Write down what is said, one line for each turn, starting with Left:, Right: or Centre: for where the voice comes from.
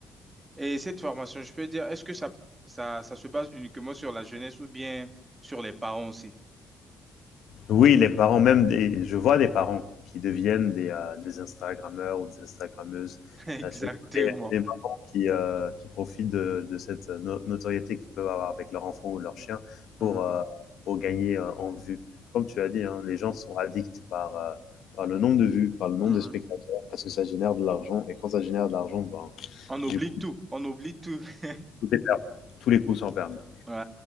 Right: Et cette formation, je peux dire, est-ce que ça, ça, ça se base uniquement sur la jeunesse ou bien sur les parents aussi?
Left: Oui, les parents, même des, je vois des parents qui deviennent des, heu, des Instagrammeurs ou des Instagrammeuses,
Right: <laughs> Exactement.
Left: heu, surtout des des mamans qui, heu, qui profitent de de cette euh, no notoriété qu'ils peuvent avoir avec leur enfant ou leur chien
Right: Mhm.
Left: pour, heu, pour gagner, heu, en vue. Comme tu as dit, hein, les gens sont addicts par, heu, par le nombre de vues, par le nombre
Right: Mhm.
Left: de spectateurs, parce que ça génère de l'argent et quand ça génère de l'argent, ben,
Right: On oublie
Left: du coup,
Right: tout, on oublie tout. <laughs>
Left: tout est permis, tous les coups sont permis
Right: Ouais, ouais,